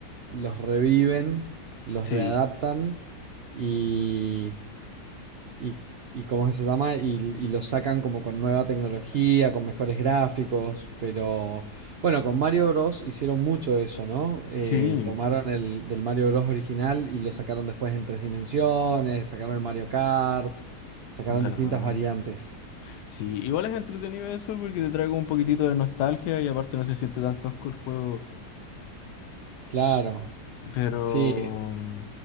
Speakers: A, on the right (about 70°); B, on the left (about 75°).
A: los reviven, los
B: Sí,
A: readaptan y, y, y ¿cómo se llama? Y, y los sacan como con nueva tecnología, con mejores gráficos, pero bueno, con Mario Bros. hicieron mucho eso, ¿no? Eh,
B: sí,
A: tomaron el del Mario Bros. original y lo sacaron después en tres dimensiones, sacaron el Mario Kart, sacaron
B: verdad.
A: distintas variantes.
B: Sí, igual es entretenido eso porque te trae como un poquitito de nostalgia y aparte no se siente tan tosco el juego.
A: Claro.
B: Pero...
A: Sí,
B: mm,